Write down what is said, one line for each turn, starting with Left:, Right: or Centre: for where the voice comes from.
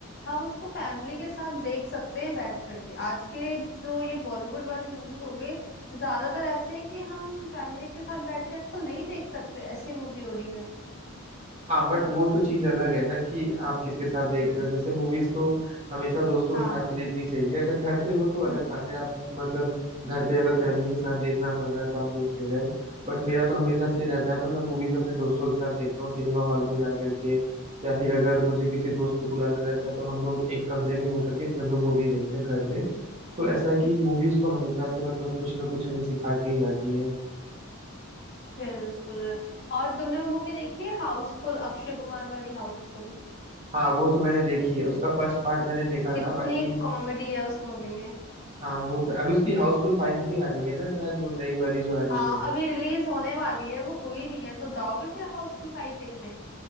Left: हम उसको फैमिली के साथ देख सकते हैं बैठ करके आज के जो ये बॉलीवुड वाली मूवीज हो गई ज्यादातर ऐसे हैं कि हम फैमिली के साथ बैठ के आजकल नहीं देख सकते ऐसी मूवी हो रही है
Right: हाँ बट वो तो चीज अलग है ना कि आप किसके साथ देख
Left: हम्म
Right: रहे हो जैसे मूवीज तो हमेशा दोस्तों
Left: हाँ
Right: के साथ ही देखनी चाहिए अगर घर पे हो तो अलग
Left: हम्म
Right: बात है आप मतलब घर पे अगर फैमिली के साथ देखना पड़ रहा है तो आप देख ले रहे हो बट मेरा तो हमेशा से ये रहता है ना मैं मूवीज अपने दोस्तों के साथ देखता हूँ सिनेमा हॉल में जा करके या फिर अगर मुझे किसी दोस्त को बुलाना रहता है तो हम लोग एक कमरे में होकर के फिर हम लोग मूवी देखते हैं घर में तो ऐसा है कि मूवीज तो हमेशा से मतलब कुछ ना कुछ हमें सिखा के ही जाती है
Left: बिल्कुल और तुमने वो मूवी देखी है हाउसफुल अक्षय कुमार वाली हाउसफुल
Right: हाँ वो तो मैंने देखी है उसका फर्स्ट पार्ट मैंने देखा
Left: कितनी
Right: था बाकी
Left: कॉमेडी है उस मूवी में
Right: हाँ वो तो अभी उसकी हाउसफुल फाइव भी आ रही है ना शायद वो नई वाली जो आ रही
Left: हाँ
Right: है
Left: अभी रिलीज होने वाली है वो हुई नहीं है तो जाओगे फिर हाउसफुल फाइव देखने